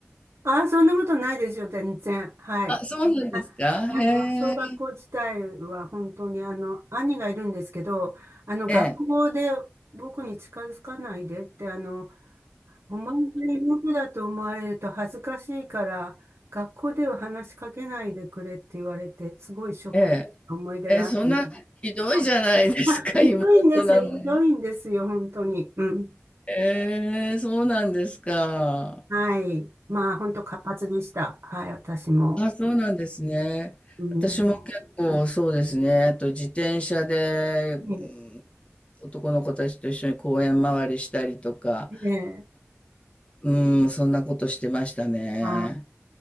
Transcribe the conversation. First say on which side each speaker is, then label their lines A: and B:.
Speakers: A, on the right (about 85°); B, on the left (about 25°).
A: ああ、そんなことないですよ、全然。はい。
B: あ、そうなんですか。
A: あ、あの、
B: へ
A: 小学校自体は本当に、
B: え、
A: あの、兄がいるんですけど、あの、学校で僕に近づかないでって、
B: ええ、
A: あの、お前が妹だと思われると恥ずかしいから、学校では話しかけないでくれって言われて、すごいショックな思い出があるの。
B: ええ、ええ、そんなひどいじゃないですか、
A: はい。まあ、ひどいんですよ、
B: 妹なのに。
A: ひどいんですよ、本当に。うん。
B: ええ、そうなんですか。
A: はい。まあ、本当活発でした。はい、私も。
B: あ、そうなんですね。
A: うん。
B: 私も結構そうですね。あと自転車で、
A: ね
B: うん男の子たちと一緒に公園回りしたりとか、
A: ええ、
B: うん、そんなことしてましたね。
A: あ